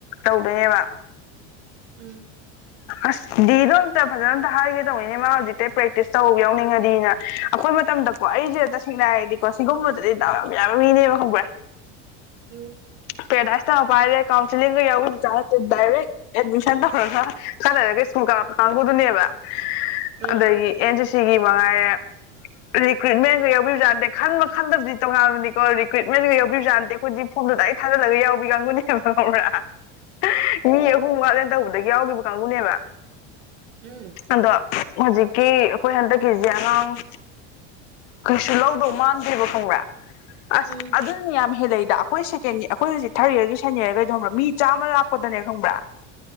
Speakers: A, on the left; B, on the right.
A: ꯇꯧꯗꯣꯏꯅꯦꯕ ꯑ
B: ꯎꯝ
A: ꯑꯁ ꯗꯤꯗꯣꯝꯇ ꯐꯖꯅ ꯑꯝꯇ ꯍꯥꯏꯒꯦ ꯇꯧꯕꯅꯤꯅꯦ ꯃꯥ ꯍꯧꯖꯤꯛꯇꯤ ꯄ꯭ꯔꯦꯛꯇꯤꯁ ꯇꯧꯕ ꯌꯥꯎꯅꯤꯡꯉꯅꯤꯅ ꯑꯩꯈꯣꯏ ꯃꯇꯝꯗꯀꯣ ꯑꯩꯁꯦ ꯇꯁꯦꯡꯅ ꯍꯥꯏꯔꯗꯤꯀꯣ ꯁꯤꯒꯨꯝꯕꯗꯗꯤꯗꯥꯎ ꯌꯥꯝ ꯌꯥꯕ ꯃꯤꯅꯦꯕ ꯍꯧꯕ꯭ꯔꯥ
B: ꯎꯝ
A: ꯄꯦꯔꯗꯥꯁ ꯇꯝꯂꯛꯄ ꯄꯥꯏꯔꯦ ꯀꯥꯎꯟꯁꯤꯂꯤꯡ ꯌꯥꯎ ꯖꯠꯅꯠꯇꯦ ꯗꯗꯥꯏꯔ ꯑꯦꯗꯃꯤꯁꯟ ꯇꯧꯔꯒ ꯈꯔꯥ ꯂꯩꯔꯒꯥ ꯑꯆꯨꯜ ꯀ ꯅꯤꯡꯕꯥ ꯀꯟꯒꯨꯗꯨꯅꯦꯕꯥ
B: ꯎꯝ
A: ꯑꯗꯒꯤ ꯑꯦꯟ ꯁꯤꯒꯤ ꯃꯉꯥꯏꯔꯦ ꯔꯤꯀ꯭ꯔꯨꯏꯠꯃꯦꯟꯒ ꯌꯥꯎꯤꯕꯖꯥꯠꯅꯗꯦ ꯈꯟꯕ ꯈꯟꯗꯕꯗꯤ ꯇꯣꯉꯥꯟꯕꯅꯤꯀꯣ ꯔꯤꯀ꯭ꯔꯨꯏꯠꯃꯦꯟꯒ ꯌꯥꯎꯤꯕꯖꯥꯠꯅꯗꯦ ꯑꯩꯈꯣꯏꯗꯤ ꯐꯣꯝꯗꯗꯥꯏ ꯊꯥꯜꯂꯉ ꯌꯥꯎ ꯀꯥꯡꯕꯨꯅꯦꯕ ꯉꯕ꯭ꯔ ꯃꯤ ꯑꯍꯨꯝ ꯋꯥꯠꯂꯦ ꯇꯧꯕꯗꯒꯤ ꯌꯥꯎꯈꯤꯕ ꯀꯥꯡꯕꯨꯅꯦꯕ
B: ꯎꯝ
A: ꯑꯗꯣ ꯍꯧꯖꯤꯛ ꯀꯤ ꯑꯩꯈꯣꯏ ꯍꯟꯗꯛꯀꯤꯁꯦ ꯑꯉꯥꯡ ꯀꯩꯁꯨ ꯂꯧꯗꯧ ꯃꯥꯟꯗꯦꯕ ꯈꯪꯕ꯭ꯔꯦ ꯑꯁ
B: ꯎꯝ
A: ꯑꯗꯨꯅꯤ ꯌꯥꯝꯝ ꯍꯦꯟꯢ ꯗꯥ ꯑꯩꯈꯣꯏ ꯁꯦꯐꯣꯟꯁ ꯑꯩꯈꯣꯏ ꯍꯧꯖꯤꯛ ꯊꯥꯔꯤꯔꯒꯤ ꯁꯟꯅꯤꯔꯒꯩꯗ ꯈꯕ꯭ꯔꯥ ꯃꯤ ꯆꯥꯃ ꯂꯥꯛꯄꯗꯅꯦꯅ ꯈꯪꯕ꯭ꯔꯥ